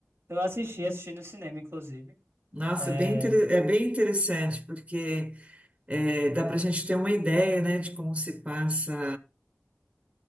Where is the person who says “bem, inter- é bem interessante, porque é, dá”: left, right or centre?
Right